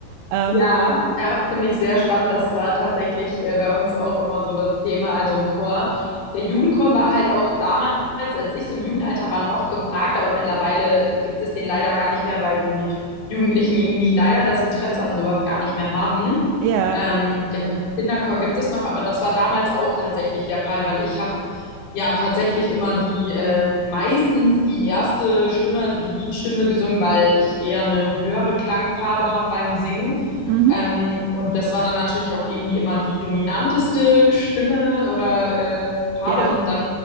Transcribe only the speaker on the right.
Ähm,
ja,
mhm,
ja.